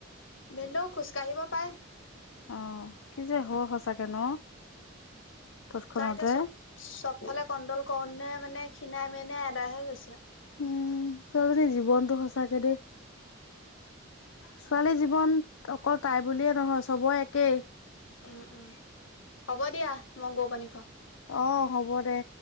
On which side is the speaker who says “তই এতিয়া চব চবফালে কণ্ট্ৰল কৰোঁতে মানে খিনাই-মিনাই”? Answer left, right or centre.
Left